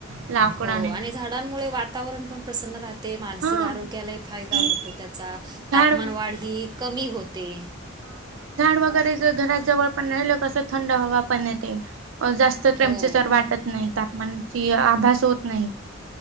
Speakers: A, on the right; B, on the right.
A: लाकडाने
B: हो आणि झाडांमुळे वातावरण पण प्रसन्न राह ते मानसिक
A: हा
B: आरोग्यालाही फायदा
A: आणि
B: होतो त्याचा
A: झाड
B: तापमान वाढ ही कमी होते
A: हा आणि झाड वगैरे जर घरात जवळ पण राहिलं कसं थंड हवा पण येते जास्त तर
B: हो
A: टेमप्रेचर वाटत नाही तापमानाची आभास होत नाही